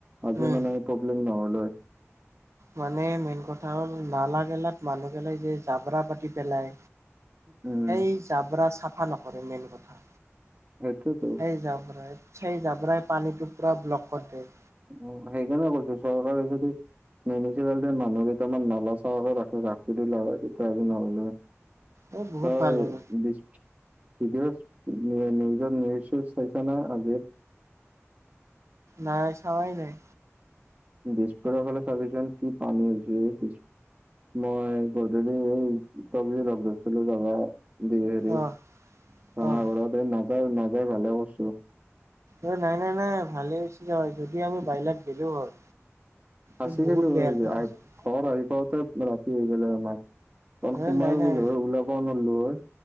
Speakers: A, on the right; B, on the right.
A: আজি
B: উম।
A: মানে প্ৰব্লেম নহলহৈ
B: মানে মেইন কথা হ'ল নালা গেলাত মানুহ গেলাই যে জাবৰা পাতি পেলাই
A: উম
B: সেই জাবৰা চাফা নকৰে মেইন কথা
A: সেইটোৱেতো
B: সেই যাব জাবৰাই পানীটো পুৰা ব্লক কৰা দিয়ে
A: উম সেইকাৰনে কৈছো চৰকাৰে যদি মিউনিচিপালিটিৰ মানুহ কেইটামান নলা চকো ৰাখে ৰাখে তেতিয়া নহলে
B: এই বহুত
A: তো
B: ভাল
A: <unintelligible>
B: হ'ল।
A: নিউজত নিউচ চাইছা না আজিৰ
B: নাই চাৱাই নাই
A: দিছপুৰৰ ফালে চাবিচোন কি পানী হৈছে মই গধূলি এই তব লগ ধৰিছিলো যাবা দি হেৰিত
B: অ',
A: ভাঙাঘৰতে
B: অ',
A: ন নাযাই ভালে কৰছো
B: অ নাই নাই নাই ভালে হৈছে হয় যদি আমি বাইলত গেলো হয়
A: ফাচি
B: এই বহুত
A: গেলো
B: বেয়াকে
A: হৈ
B: ফাঁচিলো
A: ঘৰ আহি পাওতে ৰাতি হৈ গলে আমাক কাৰণ
B: এ
A: সোমাব
B: নাই
A: নোৱাৰিলো
B: নাই
A: হয় ওলাব নোৱাৰলো হয়